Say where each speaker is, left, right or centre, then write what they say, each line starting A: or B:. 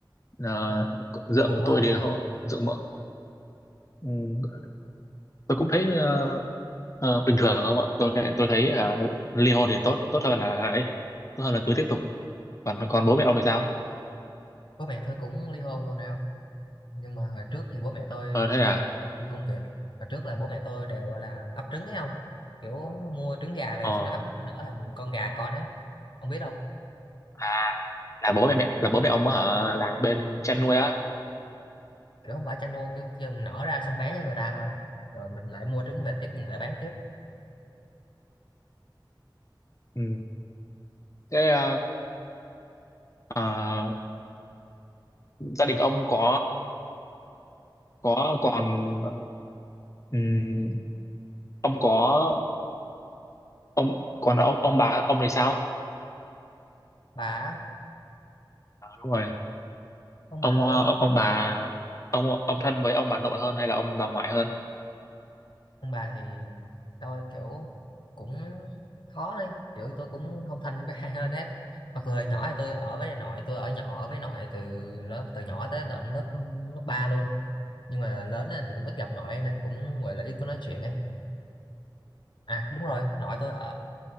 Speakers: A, on the left (about 40°); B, on the left (about 70°).
A: à,
B: à,
A: dượng
B: buồn quá
A: tôi
B: ông
A: thì
B: nhỉ
A: họ dượng mợ ừm, tôi cũng thấy ờ, ờ, bình thường không ạ tôi thấy tôi thấy à, ly hôn thì tốt tốt hơn là ấy tốt hơn là cứ tiếp tục còn còn bố mẹ ông thì sao
B: bố mẹ tôi cũng ly hôn luôn nào nhưng mà hồi trước thì bố mẹ tôi
A: ờ thế à
B: làm công việc hồi trước là bố mẹ tôi đều gọi là ấp trứng ấy không kiểu mua trứng gà về
A: ờ
B: sau đó ấp nở thành con gà con ấy ông biết không
A: à là bố mẹ mẹ là bố mẹ ông ở làm bên chăn nuôi á
B: kiểu không phải chăn nuôi kiểu chừng nở ra xong bán cho người ta thôi rồi mình lại mua trứng về tiếp mình lại bán tiếp
A: ừ. thế ờ, ờ, gia đình ông có có còn ờ, ừm, ông có ông còn ông ông bà ông thì sao
B: bà á,
A: Ờ, đúng rồi
B: ông
A: ông
B: bà tôi
A: ờ, ông bà ông ông thân với ông bà nội hơn hay là ông bà ngoại hơn
B: ông bà thì tôi kiểu cũng khó đấy kiểu tôi cũng không thân với ai hơn hết mặc dù hồi nhỏ thì tôi ở với nội tôi ở nhỏ ở với nội từ lớp từ nhỏ tới tận lớp lớp 3 luôn nhưng mà lớn lên thì cũng ít gặp nội nên cũng gọi là ít có nói chuyện ấy à đúng rồi nội tôi ở